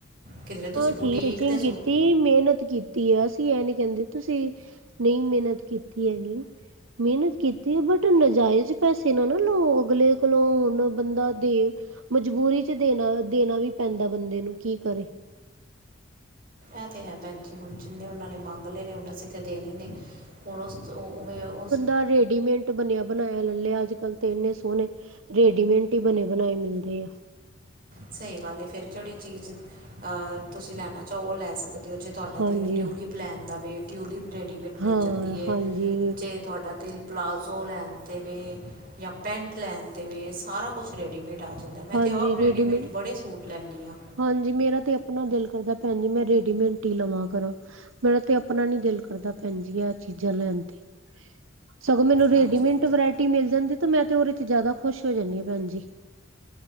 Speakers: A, on the right; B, on the right.
A: ਕਿਧਰੇ ਤੁਸੀਂ
B: ਹਾਂ
A: ਬੁਟੀਕ
B: ਠੀ ਟੀਚਿੰਗ
A: ਤੇ
B: ਕੀਤੀ
A: ਸੂਟ
B: ਏ ਮੇਨਤ ਮੇਨਤ ਕੀਤੀ ਆ ਅਸੀਂ ਏ ਨੀ ਕੈਂਦੇ ਤੁਸੀਂ ਨਈਂ ਮੇਨਤ ਕੀਤੀ ਹੈਗੀ। ਮੇਨਤ ਕੀਤੀ ਐ ਬਟ ਨਾਜਾਇਜ਼ ਪੈਸੇ ਨਾ ਨਾ ਲਓ ਅਗਲੇ ਕੋਲੋਂ ਹੁਨ ਬੰਦਾ ਦੇ ਮਜਬੂਰੀ ਚ ਦੇਨਾ ਦੇਨਾ ਵੀ ਪੈਂਦਾ ਬੰਦੇ ਨੂੰ ਕੀ ਕਰੇ।
A: ਐ ਤੇ ਹੈ ਭੈਣ ਜੀ। ਹੁਨ ਜਿੰਨੇ ਓਨਾਂ ਨੇ ਮੰਗ ਲਏ ਨੇ ਹੁਨ ਅਸੀਂ ਤੇ ਦੇਨੇ ਨੇ ਹੁਨ ਉਸ ਤੋ ਓਵੇਂ ਓਸ
B: ਆ ਰੇਡੀਮੇਡ ਬਨੇਆ ਬਨਾਏਆ ਲੈ ਲਿਆ ਅੱਜ-ਕੱਲ ਤੇ ਇੰਨੇ ਸੋਨੇ ਰੇਡੀਮੇਡ ਈ ਬਨੇ ਬਨਾਏ ਮਿਲਦੇ ਐ।
A: ਸਈ ਗੱਲ ਐ ਫਿਰ ਜੇੜੀ ਚੀਜ਼ ਅ ਤੁਸੀਂ ਲੈਨਾ ਚਾਹੋ ਓ ਲੈ ਜੇ ਤੁਆਡਾ
B: ਹਾਂਜੀ
A: ਦਿਲ ਟਿਊਲਿਪ ਲੈਨ ਦਾ ਵੇ ਟਿਊਲਿਪ ਰੈਡੀਮੇਟ
B: ਹਾਂ
A: ਮਿਲ ਜਾਂਦੀ
B: ਹਾਂਜੀ
A: ਐ ਜੇ ਤੁਆਡਾ ਦਿਲ ਪਲਾਜ਼ੋ ਲੈਣ ਤੇ ਵੇ ਜਾਂ ਪੈਂਟ ਲੈਨ ਤੇ ਵੇ ਸਾਰਾ ਕੁਛ ਰੈਡੀਮੇਟ ਆ ਜਾਂਦਾ ਮੈਂ
B: ਹਾਂਜੀ
A: ਤੇ ਆਪ ਰੈਡੀਮੇਡ
B: ਰੇਡੀਮੇਡ
A: ਬੜੇ ਸੂਟ ਲੈਂਨੀ ਆ।
B: ਹਾਂਜੀ ਮੇਰਾ ਤੇ ਆਪਨਾ ਦਿਲ ਕਰਦਾ ਭੈਨ ਜੀ ਮੈਂ ਰੇਡੀਮੇਡ ਈ ਲਵਾਂ ਕਰਾਂ। ਮੇਰਾ ਤੇ ਆਪਨਾ ਨੀ ਦਿਲ ਕਰਦਾ ਭੈਨ ਜੀ ਆ ਚੀਜ਼ਾਂ ਲੈਨ ਤੇ ਸਗੋਂ ਮੈਨੂੰ ਰੇਡੀਮੇਟ
A: ਹਾਂਜੀ ਹਾਂਜੀ
B: ਵੈਰਾਇਟੀ ਮਿਲ ਜਾਂਦੀ ਆ ਤੇ ਮੈਂ ਤੇ ਓਦੇ ਚ ਜ਼ਾਅਦਾ ਖੁਸ਼ ਹੋ ਜਾਂਦੀ ਆ ਭੈਣਜੀ।